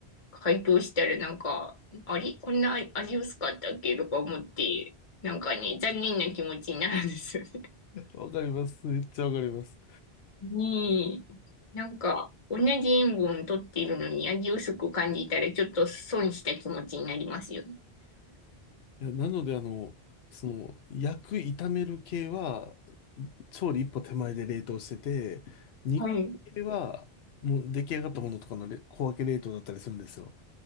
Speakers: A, on the left; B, on the left.
A: 解凍したらなんか、あれこんな味薄かったっけとか思って、なんかね、残念な気持ちになるんですよね。
B: わかります。めっちゃわかります。
A: に、なんか、同じ塩分を取っているのに味薄く感じたら、ちょっと損した気持ちになりますよね。
B: いやなので、あの、その、焼く、炒める系は、調理一歩手前で冷凍してて、煮込み系は、
A: はい。う
B: もう出来上がったものとかのれ小分け冷凍だったりするんですよ。